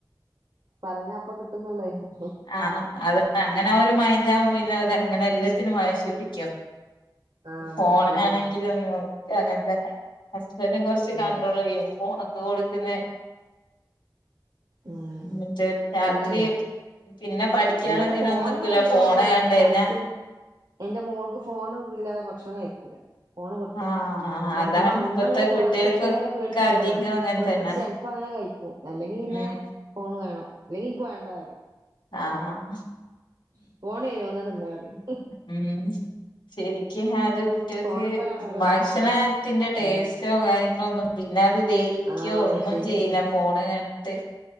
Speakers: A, on the right; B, on the left.
A: പറഞ്ഞാ അപ്പൊ കിട്ടുന്നുള്ളേ ഹ്
B: ആഹ് അത് അങ്ങനെ ഒരു മൈന്ഡാകുമ്പോ പിന്നെ ഓല് അങ്ങനെ അല്ല ചെ- ത്തിന് വാശി പിടിക്കും
A: ആഹ്
B: ഫോണാണെങ്കിലും
A: ശരിയാണ്
B: അങ്ങനെ തന്നെ ഹസ്ബൻഡും കുറച്ച് കണ്ട്രോൾ
A: ആഹ്
B: ചെയ്യും ഫോണൊക്കെ കൊടുക്കുന്നെ
A: ഉം
B: മറ്റേ രാത്രി
A: ശരിയാണ്
B: പിന്നെ പഠിക്കാനതിനൊന്നും
A: ഇവിടെ ഫോണിന്
B: നിക്കൂല
A: കൺട്രോളൊന്നുല്ല
B: ഫോണ് കണ്ട്
A: ഇവക്ക്
B: കഴിഞ്ഞാ
A: കരച്ചില് ഇന്റെ മോൾക്ക് ഫോൺ ഇല്ലാതെ ഭക്ഷണം കഴിക്കൂല ഫോണ് കൊടുത്ത
B: ആഹ് ആഹ് അതാണ്
A: ഉമ്മ
B: ഇപ്പത്തെ
A: ഉമ്മ ഇങ്ങനെ തോ
B: കുട്ടികൾക്കൊക്കെ
A: ഒച്ചട്ട് ഇങ്ങനെ പേടിപ്പി
B: അധികം
A: ആ
B: അങ്ങനെ
A: പേടിപ്പിച്ച്
B: തന്നെ
A: ച ഇപ്പ അങ്ങനെ കഴിക്കും അല്ലെങ്കിൽ പിന്നെ
B: ഉം
A: ഫോണ് വേണം അല്ലെങ്കിൽ ഇനിക്ക് വേണ്ട പറയും
B: ആഹ ആഹ്
A: <unintelligible>
B: ഉം ശരിക്കും അത് കുട്ടികൾക്ക്
A: ഫോണുമ്മലാണ് അവരെ
B: ഭക്ഷണത്തിന്റെ
A: ഭക്ഷണം
B: ടേസ്റ്റ്
A: ഉം
B: കാര്യങ്ങളോന്നും പിന്നെ അത് ദഹിക്കോ
A: ആ
B: ഒന്നും
A: ശരിയാണ്
B: ചെയ്യില്ല ഫോണ് കണ്ടിട്ട്